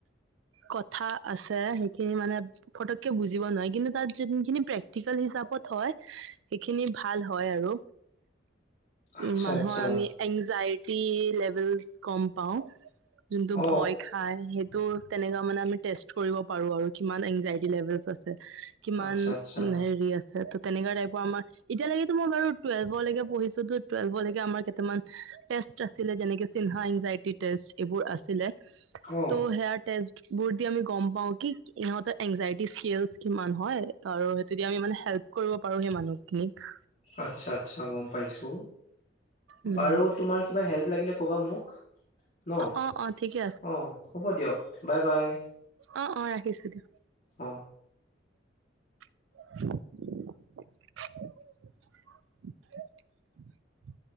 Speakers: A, on the right; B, on the left.
A: কথা আছে সেইখিনি মানে, ফটককে বুজিব নোৱাৰি, কিন্তু তাত যোনখিনি প্ৰেক্টিকেল হিচাপত হয়, সেইখিনি ভাল হয় আৰু।
B: আচ্ছা,
A: উ মানুহৰ
B: আচ্ছা।
A: আমি এংজাইটি লেভেলচ গম পাওঁ। যোনটো
B: অ,
A: ভয় খাই সেই তো তেনেকা মানে আমি টেষ্ট কৰিব পাৰো আৰু কিমান এনজাইটি লেভেলচ আছে। কিমান
B: আচ্ছা, আচ্ছা।
A: হেৰি আছে, তো তেনেকা টাইপৰ আমাৰ এতিয়ালৈকেতো মই বাৰু টুৱেল্ভৰলৈকে পঢ়িছো। টুৱেলভৰলৈকে আমাৰ কেইটামান টেষ্ট আছিলে, যেনেকে চিহ্না এনজাইটি টেষ্ট এইবোৰ আছিলে।
B: অ,
A: তো' হেয়াৰ টেষ্ট বোৰ দি আমি গম পাওঁ কি ইহঁতৰ এনজাইটি স্কিলচ কিমান হয়? আৰু যদি আমি মানে হেল্প কৰিব পাৰো সেই মানুহখিনিক।
B: আচ্ছা, আচ্ছা গম পাইছো,
A: উম
B: বাৰু তোমাৰ কিবা হেল্প লাগিলে ক'বা মোক ন।
A: অ অ ঠিকে
B: অ, হ'ব দিয়ক, বাই- বাই।
A: অঁ, অঁ, ৰাখিছো দিয়ক।
B: অ
A: <unintelligible>